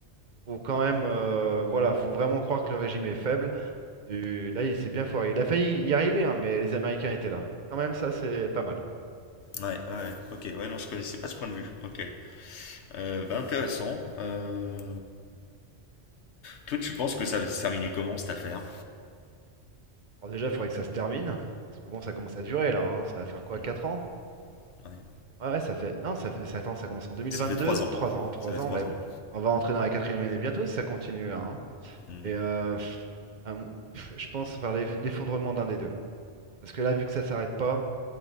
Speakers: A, on the right; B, on the left.
A: faut quand même, euh, voilà, faut vraiment croire que le régime est faible. Du- Là, il s'est bien foiré. Il a failli y arriver, hein, mais les Américains étaient là. Quand même, ça, c'est pas mal.
B: Ouais, ouais, ok, ouais, non, je connaissais pas ce point de vue. Ok, euh, bah, intéressant. Euh... Toi, tu penses que ça va se terminer comment cette affaire?
A: Alors déjà, il faudrait que ça se termine. Parce que bon, ça commence à durer là. hein. Ça va faire quoi,
B: Mhm,
A: 4 ans?
B: ouais.
A: Ouais, ouais, ça fait. Non, ça fait. ça- Attends, ça commence en 2022.
B: Ça fait trois ans.
A: 3 ans, trois
B: Ça fait trois
A: ans. ouais.
B: ans.
A: On va entrer dans la quatrième année bientôt si ça continue là. hein.
B: Mhm,
A: Et euh, pff, un- pff, je pense par l'eff- l'effondrement d'un des deux. Parce que là, vu que ça s'arrête pas.